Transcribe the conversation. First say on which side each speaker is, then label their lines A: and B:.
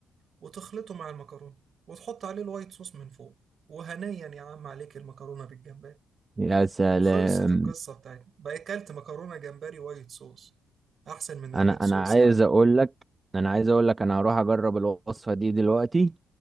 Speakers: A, on the right (about 55°); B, on the right (about 25°).
A: وتخلطه مع المكرونة وتحط عليه الوايت صوص من فوق وهنيا يا عم عليك المكرونة بالجمبري
B: يا سلام
A: وخلصت القصة بتاعتنا بقى أكلت مكرونة جمبري وايت صوص أحسن من الريد
B: انا
A: صوص
B: انا عايز
A: يعني
B: اقول لك انا عايز اقول لك انا هروح اجرب الوصفه دي دلوقتي